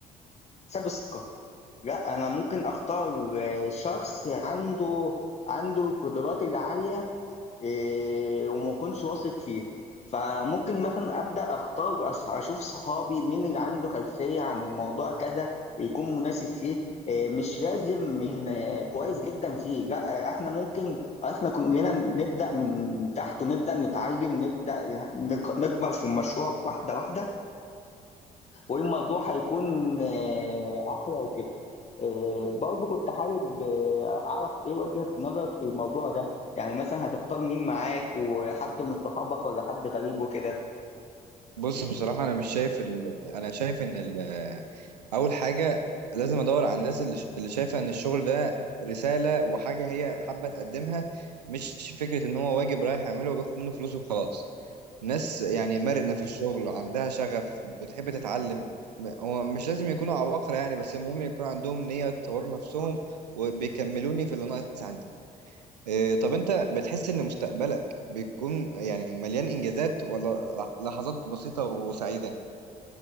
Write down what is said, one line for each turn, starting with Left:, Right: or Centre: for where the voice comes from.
Left: حساب الثقة لا انا ممكن اختار آه، شخص عنده عنده القدرات العالية إيه، وما اكونش واثق فيه فممكن مثلا ابدا اختار أص- اشوف صحابي مين اللي عنده خلفيه عن الموضوع كذا ويكون مناسب فيه إيه، مش لازم من آه، كويس جدا فيه لا آه، احنا ممكن احنا كلنا نبدا من تحت ونبدا نتعلم نبدا نك- نكبر في المشروع واحده واحده والموضوع هيكون آه، احلى وكده آه، برضه كنت حابب آه، أعرف إيه وجهة نظرك في الموضوع ده يعني مثلا هتختار مين معاك وحد من صحابك ولا حد غريب وكده
Right: بص بصراحه انا مش شايف ال... انا شايف ان ال... اول حاجه لازم ادور على الناس اللي ش- اللي شايفه ان الشغل ده رساله وحاجه هي حابه تقدمها مش فكره ان هو واجب رايح يعمله وبياخد منه فلوس وخلاص ناس يعني مرنه في الشغل عندها شغف بتحب تتعلم م- هو مش لازم يكونوا عباقرة يعني بس المهم يكون عندهم نية يطوروا نفسهم وبيكملوني في اللي ناقص عندي إيه، طب انت بتحس ان مستقبلك بيكون يعني مليان انجازات ولا لح- لحظات بسيطة وسعيدة